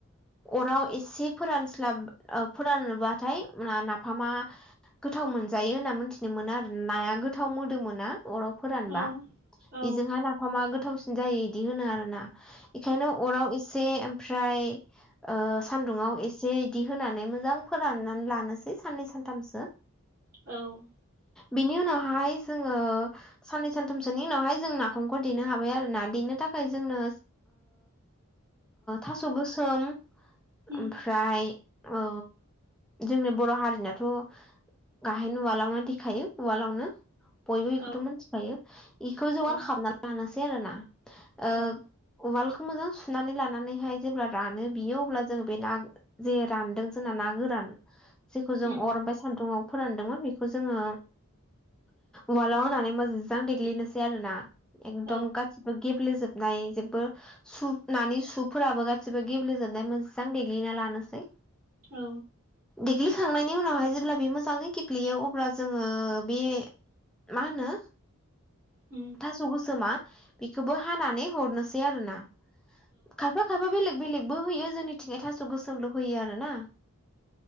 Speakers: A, in the centre; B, on the right (about 40°).
A: अराव एसे फोरानस्लाब ओ फोरानबाथाय नाफामा गोथाव मोनजायो होनना मोनथिनो मोनो आरो नाया गोथाव मोदोमोना अराव फोरानबा
B: औ औ
A: बेजोंहाय ना गोथावसिन जायो इदि होनो आरोना इखायनो अराव एसे ओमफ्राय सान्दुङाव एसे इदि होनानै मोजां फोराननानै लानोसै साननै सानथामसो
B: औ
A: बिनि उनावहाय जोङो साननै सानथामसोनि उनावहाय जों ना फामखौ देनो हाबाय आरो ना देनो थाखाय जोंनो थास' गोसोम
B: उम
A: ओमफ्राय औ जोंनि बर' हारिनाथ' गाहेन उवालावनो देखायो उवालावनो बयबो
B: औ
A: इखौथ' मिथिखायो इखौ जगार
B: औ
A: खामना लानोसै आरो ना ओ
B: औ
A: उवालखौ मोजां सुनानै लानानैहाय जेब्ला रानो बियो अब्ला जोङो बे ना जे रानदों जोंना ना गोरान जेखौ जों
B: उम
A: अर ओमफ्राय सान्दुङाव फोरानदोंमोन बे खौ जोङो वारालडाव होनानै मोजां देग्लिनोसै आरो ना एकदम
B: औ
A: गासिबो गेब्लेेजोबनाय जेबो सु नानि सुफोराबो गासिबो गेब्लेेजोबनाय मोजां देग्लिना लानोसै
B: औ
A: देग्लिखांनायनि उनावहाय जेब्ला बे मोजाङै गेब्लेयो अब्ला जोङो बे मा होनो
B: उम
A: थास' गोसोमा बेखौबो हानानै हरनोसै आरोना खायफा खायफा बेलेग बेलेगबो होयो जोंनिथिंहाइ थास' गोसोमल' होयो आरो ना